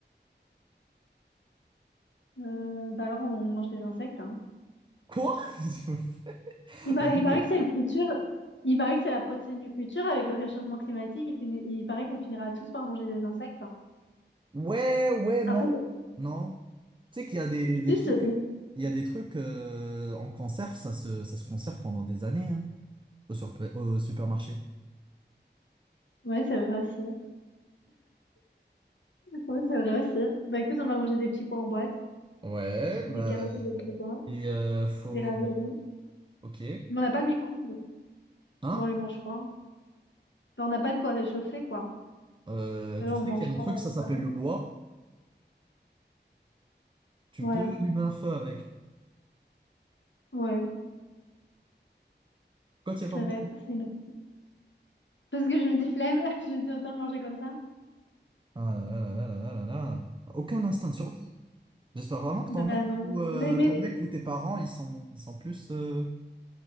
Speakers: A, on the left; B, on the right.
A: euh, bah alors, on mange des insectes, hein.
B: Quoi? <laughs>
A: Il paraît,
B: Y a pas
A: il paraît
B: de-
A: que c'est le futur. Il paraît que c'est la protéine du futur avec le réchauffement climatique. Il, fini- il paraît qu'on finira tous par manger des insectes. hein.
B: Ouais, ouais, non,
A: Après,
B: non. Tu sais qu'il y a des, des
A: si,
B: trucs,
A: je
B: il y a des trucs euh, en conserve, ça se, ça se conserve pendant des années, hein, au, surp- au supermarché.
A: ouais, c'est vrai aussi. Oui, c'est vrai aussi. Bah écoute, on va manger des petits pois en boîte,
B: Ouais,
A: des
B: bah,
A: carottes et des petits pois,
B: et euh, faut,
A: des raviolis.
B: ok,
A: Mais on n'a pas de micro-ondes.
B: hein?
A: Bon, on les mange froid. Bah, on n'a pas de quoi réchauffer, quoi.
B: Euh, tu
A: Eux, on
B: sais
A: mange
B: qu'il y
A: pas.
B: a un truc, ça s'appelle
A: ça. va.
B: le bois. Tu
A: Ouais,
B: peux allumer un feu avec.
A: ouais,
B: Pourquoi tu n'y as
A: c'est
B: pas pensé?
A: vrai. C'est une... Parce que je me dis flemme, <laughs> je me dis autant le manger comme ça.
B: Ah là là là là là là là là. Aucun instinct de survie. J'espère vraiment que
A: ben
B: ton mec
A: non.
B: ou euh,
A: Mais, mais,
B: ton mec ou tes parents, ils sont, ils sont plus. euh,